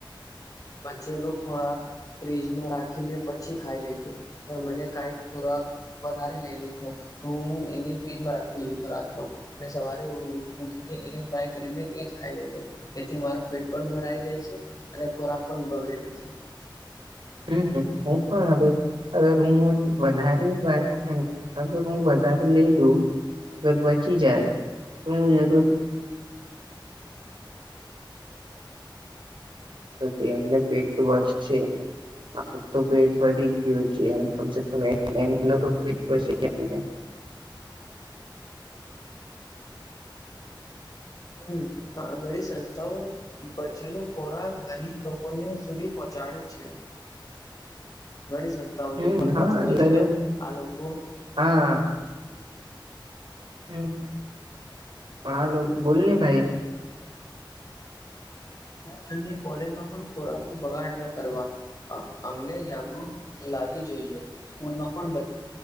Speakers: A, on the left; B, on the right.
A: બચ્ચેલો ખોરાક ફ્રીજમાં રાખીને પછી ખાઈ લીધો મને કાઈક ખોરાક વધારે લઈ છું. તો હું એને ફ્રીજમાં રાખી લઉ છું રાતમાં. મે સવારે ઉઠીને એને ફ્રાય કરીને એજ ખાઈલવ છુ. એથી મારું પેટ પણ ભરાઈ જાય છે. અને ખોરાક પણ બગડતો નથી.
B: હમ હું પણ અગર હું વધારે હું વધારે લઈ લઉં અગર બચી જાય તો હું જરૂર થી એમને પેટ વરસશે. મારુ તો પેટ પર છે કમસે ક પ
A: હમ ઘળ સંસ્થાઓ બચેલો ખોરાક ગરીબ લોકો ને સુધી પહોંચાડે છે ઘણી સં
B: હમ
A: પણ ટ્રસ્ટ
B: હા
A: હોય છે
B: અરે
A: ને આ લોકો
B: હા. હમ હાલો બોલ ને ભાઈ.
A: પોતાની કોલેજમાં પણ ખોરાક નુ બગાડ ન કરવા. અ અમને જાગૃત લાવવી જોઈએ. સ્કૂલમાં પણ